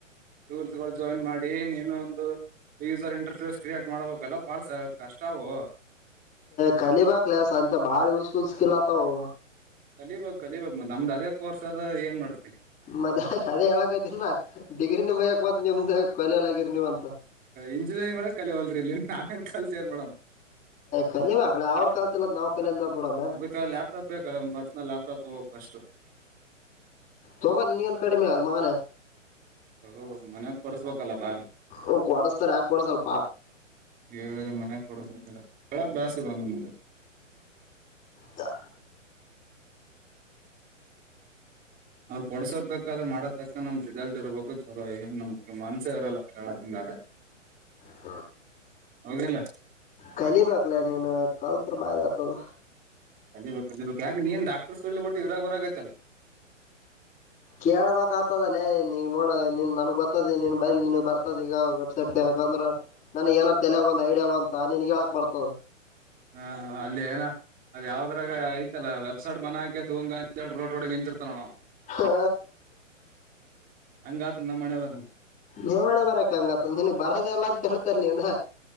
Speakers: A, on the right; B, on the left.
A: ಟೂಲ್ಸ್ಗಳು ಜಾಯಿನ್ ಮಾಡಿ ನೀನು ಒಂದು. ಈಸರ್ ಇಂಟರ್ಫೇಸ್ ಕ್ರಿಯೇಟ್ ಮಾಡ್ಬೇಕಲ್ಲ ಬಾಳ ಸ ಕಷ್ಟವು.
B: ಕಖಲೀಬಾ ಕ್ಲಸ್ ಅಂತ ಬಾಳ ಯೂಸ್ಫುಲ್ ಸ್ಕಿಲ್ ಆತವು.
A: ಕಲಿಬೇಕು ಕಲಿಬೇಕು ಮತೆ ನಮ್ದ ಅದೇ ಕೋರ್ಸ್ ಆದದ ಏನ್ ಮಾಡ್ತತಿ.
B: ಮದ ಅದೇ ಹೇಳಕತಿಲ್ಲ ಡಿಗ್ರಿ ನಿಮ ಮಕ್ ಬಂದ ನಿಮ್ದ ಕಲೆಲ್ಲ ಆಗಿರಿ ನೀವಂತ.
A: ಇಂಜಿನಿಯರಿಂಗ್ ಕೂಡ ಕಲಿವಲ್ರಿ ಇಲ್ಲಿ ನಾವೇನ್ ಕಲ್ತೇರ್ ಮೇಡಮ್.
B: ಕಲಿಬೇಕಕ್ಲ ಅವ್ರ ಕಲ್ತಿಲ್ಲ ನಾವ್ ಕಲಿಯಲ್ಲ ಬಿಡ ಮೇನ್
A: ಅ ಕ ಲೇಪಟಾಪ ಬೇ ಕ ಪರ್ಸನಲ್ ಲೇಪಟೋಪ ಹೋಗ ಅಷ್ಟು
B: ತಗ ನೀಿಯನ್ ಕಡಿಮೆ ಆ ಮಗಾನ
A: ಹಗ ಮನ್ಯಾಗ ಕೊರ್ಸ್ಬೇಕಲ್ಲ ಬಾ
B: ಹ್ ಕೊಡಸ್ತಾರೆ ಯಾಕ ಕೊಡ ಸ್ವಲ್ಪ
A: ಏ ಮನೆ ಕೊಡಲ್ಲ ಕೆ ಬಾಸ್ ಇಲ್ ನಮ್ಗೆ
B: ತ್ತ
A: ಅವ್ರು ಪೊಡಸೋರ್ ತಕ್ಕಕ ಆದ್ರ ಮಾಡ ತಕ್ಕ ನಮ್ದ ರಿಸಲ್ಟ್ ಇರಬೇಕು ತರ ಏ ನಮ್ ಮನ್ಸ ಇರಲ್ಲ ಕೇಳದಿಂದಡೆ
B: ಹ <inaudible>
A: ಹೌಗಲ್ಲ
B: ಕಲಿಬೇಕಕ್ಲ ನೀನು ಕಲ್ತ್ ಭಾರಿ ಆತದ
A: ಅದ ಯಕ ನೀನ್ ಡಾಕ್ಟರ್ಫೀಲ್ಡ್ ಬಿಟ್ಟು ಇದಾಗ ಬರಾಗೈತಲ್ಲ
B: ಕೇಳಳ್ಬೇಕಕ್ ಆಗ್ತದಲ್ಲೇ ನೀಗ್ ನೋಡ ನೀನ್ ನನ್ಗ್ ಗೊತ್ತದ ನೀನ್ ಬೈಲ್ ನಿನ್ಗ್ ಬರ್ತದ ಈಗ ವೆಬ್ಸೈಟ್ಗೆ ಯಾಕಂದ್ರ ನನಗ್ ಏನಾರ್ ತಲಯಗ್ ಒಂದ ಐಡಿಯಾ ಬ ಅಂತ ನೀನ್ ಹೇಳಕ್ ಬರ್ತದ
A: ಹಾ ಅಲ್ಲಿ ಏನ ಅದ ಯಾವ್ದದ್ರಾಗ ಐತಲ್ಲ ವಬ್ಸೈಟ್ ಬಂದ ಹಾಕದ ಹಂಗ ಅಂತ ಹೇಳಿ ರೋಡ್ ರೋಡ ನಿಂತಿರ್ತ ನೋ
B: ಹಾ
A: ಹಂಗಾ ತಂದ ಮನೆೆವರ
B: ನೀವಣ ಬರಕ್ ಹಂಗತ್ ನಿನ್ಗ್ ಬರದಲ್ಲ ಅಂತ ಹೇಳ್ತರ್ ನೀವ್ನ